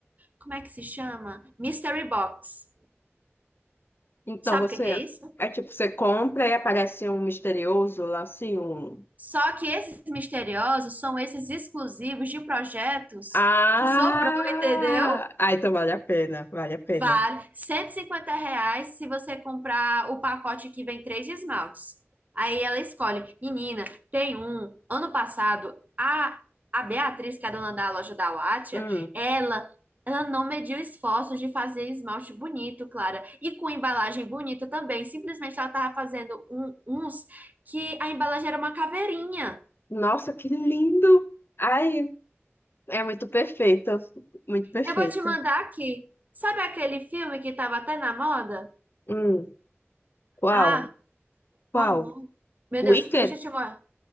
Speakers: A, on the right; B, on the left.
A: como é que se chama? Mystery Box.
B: Então
A: Sabe
B: você
A: o que que é isso?
B: é tipo, você compra e aparece um misterioso lá assim, um.
A: Só que esses misteriosos são esses exclusivos de projetos
B: Ah!
A: que sobrou, entendeu?
B: Ah, então vale a pena, vale a pena.
A: Vale R$ 150 reais se você comprar o pacote que vem três esmaltes. Aí ela escolhe. Menina, tem um. Ano passado, a, a Beatriz, que é a dona da loja da Wattia,
B: Hum.
A: ela, ela não mediu esforços de fazer esmalte bonito, Clara. E com embalagem bonita também. Simplesmente ela tava fazendo um- uns que a embalagem era uma caveirinha.
B: Nossa, que lindo! Ai, é muito perfeito, muito perfeito.
A: Eu vou te mandar aqui. Sabe aquele filme que tava até na moda?
B: Hum. Qual?
A: Ah,
B: Qual?
A: qual o nome? Meu
B: Wicked?
A: Deus, deixa eu te, mo-